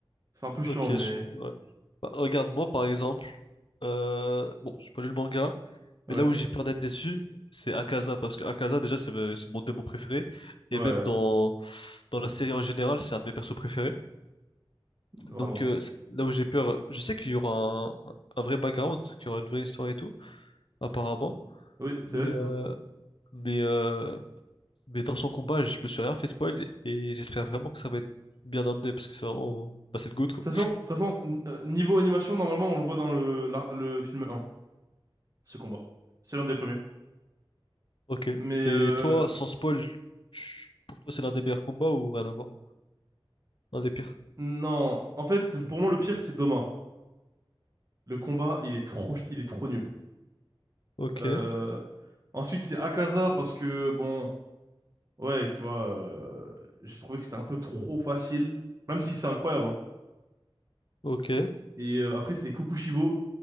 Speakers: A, on the right; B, on the left.
A: C'est un peu chiant,
B: Ok,
A: mais
B: je- ouais. Bah, regarde, moi par exemple, euh, bon, j'ai pas lu le manga,
A: ouais,
B: mais là où j'ai peur d'être déçu, c'est Akaza, parce que Akaza, déjà, c'est me- c'est mon démon préféré, et
A: ouais,
B: même dans, dans la série en général, c'est un de mes persos préférés.
A: vraiment.
B: Donc euh, c'est- là où j'ai peur, euh, je sais qu'il y aura un, un vrai background, qu'il y aura une vraie histoire et tout, apparemment,
A: Oui, c'est
B: mais,
A: vrai, c'est
B: euh,
A: ça.
B: mais, euh, mais dans son combat, je me suis rien fait spoil, et j'espère vraiment que ça va être bien amené, parce que c'est vraiment, bah, c'est le GOAT, quoi.
A: toute façon, de toute façon, n- euh, niveau animation, normalement, on le voit dans le, la- le film 1, ce combat. C'est l'un des premiers.
B: Ok.
A: Mais
B: Et
A: euh,
B: toi, sans spoil, tu- pour toi, c'est l'un des meilleurs combats ou rien à voir? Un des pires.
A: non, en fait, pour moi, le pire, c'est Doma. Le combat, il est trop, il est trop nul.
B: Ok,
A: Euh, ensuite, c'est Akaza, parce que, bon, ouais, tu vois, euh, j'ai trouvé que c'était un peu trop facile, même si c'est incroyable. hein.
B: ok,
A: Et euh, après, c'est Kokushibo.